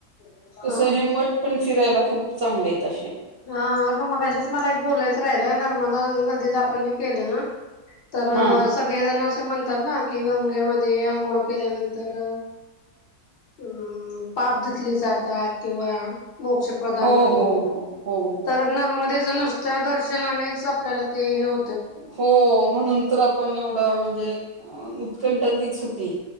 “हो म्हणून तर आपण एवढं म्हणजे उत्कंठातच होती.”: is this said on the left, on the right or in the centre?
Right